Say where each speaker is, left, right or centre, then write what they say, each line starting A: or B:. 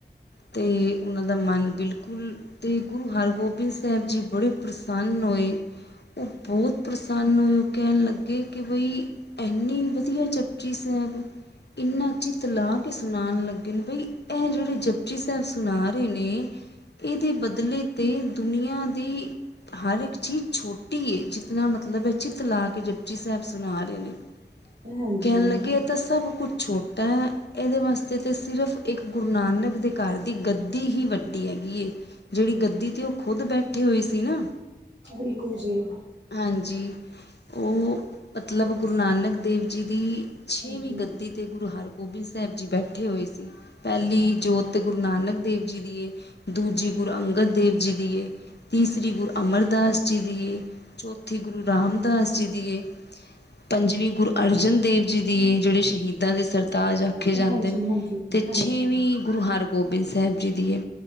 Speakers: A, on the left (about 75°); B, on the right (about 80°).
A: ਤੇ ਉਨਾਂ ਦਾ ਮਨ ਬਿਲਕੁਲ, ਤੇ ਗੁਰੂ ਹਰਗੋਬਿੰਦ ਸੇਬ ਜੀ ਬੜੇ ਪ੍ਰਸੰਨ ਹੋਏ। ਉਹ ਬਹੁਤ ਪ੍ਰਸੰਨ ਹੋਏ, ਕਹਿਣ ਲੱਗੇ ਕਿ ਬਈ ਐਨੀ ਵਦੀਆ ਜਪਜੀ ਸੇਬ। ਇੰਨਾ ਚਿਤ ਲਾ ਕੇ ਸੁਨਾਨ ਲੱਗੇ ਬਈ ਐ ਜੇੜੇ ਜਪਜੀ ਸੇਬ ਸੁਨਾ ਰੇ ਨੇ ਇਦੇ ਬਦਲੇ ਤੇ ਦੁਨੀਆਂ ਦੀ ਹਰ ਇੱਕ ਚੀਜ਼ ਛੋਟੀ ਏ। ਜ ਇਨਾ ਮਤਲਬ ਏ ਚਿੱਤ ਲਾ ਕੇ ਜਪਚੀ ਸੇਬ ਸੁਨਾ ਰੇ ਨੇ।
B: ਹਾਂਜੀ
A: ਕੇਣ ਲੱਗੇ ਏ ਤਾਂ ਸਭ ਕੁੱਛ ਛੋਟਾ ਏ, ਏਦੇ ਵਾਸਤੇ ਤੇ ਸਿਰਫ਼ ਏਕ ਗੁਰ ਨਾਨਕ ਦੇ ਘਰ ਦੀ ਗੱਦੀ ਹੀ ਵੱਡੀ ਹੈਗੀ ਏ, ਜਿਹੜੀ ਗੱਦੀ ਤੇ ਉਹ ਖੁਦ ਬੈਠੇ ਹੋਏ ਸੀ ਨਾ
B: ਬਿਲਕੁਲ ਜੀ।
A: ਹਾਂਜੀ। ਉਹ ਮਤਲਬ ਗੁਰੂ ਨਾਨਕ ਦੇਵ ਜੀ ਦੀ ਛੇਵੀਂ
B: ਹਾਂਜੀ
A: ਗੱਦੀ ਤੇ ਗੁਰੂ ਹਰਗੋਬਿੰਦ ਸੇਬ ਜੀ ਬੈਠੇ ਹੋਏ ਸੀ, ਪੈਲੀ ਜੋਤ ਗੁਰੂ ਨਾਨਕ ਦੇਵ ਜੀ ਦੀ ਏ ਦੂਜੀ ਗੁਰੂ ਅੰਗਦ ਦੇਵ ਜੀ ਦੀਏ, ਤੀਸਰੀ ਗੁਰੂ ਅਮਰਦਾਸ ਜੀ ਦੀਏ। ਚੌਥੀ ਗੁਰੂ ਰਾਮਦਾਸ ਜੀ ਦੀਏ ਪੰਜਵੀਂ ਗੁਰ ਅਰਜਨ ਦੇਵ ਜੀ ਦੀਏ। ਜੇੜੇ ਸ਼ਹੀਦ ਦਾਂ ਦੇ ਸਰਤਾਜ ਆਖੇ ਜਾਂਦੇ
B: ਹਾਂਜੀ
A: ਨ,
B: ਹਾਂਜੀ
A: ਤੇ
B: ਹਾਂਜੀ
A: ਛੇਵੀਂ ਗੁਰੂ ਹਰਗੋਬਿੰਦ ਸੇਬ ਜੀ ਦੀਏ